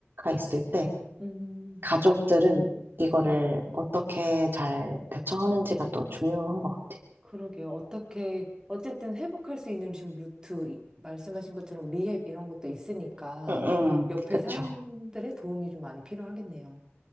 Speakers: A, on the right; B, on the right.
A: 있을 때
B: 음,
A: 가족들은 이거를
B: 네.
A: 어떻게 잘 대처하는지가 또 중요한 것 같아.
B: 그러게요. 어떻게, 어쨌든 회복할 수 있는 지금 루트, 이- 말씀하신 것처럼 리헵 이런 것도 있으니까
A: 응, 응.
B: 옆에
A: 그쵸?
B: 사람들의 도움이 좀 많이 필요하겠네요.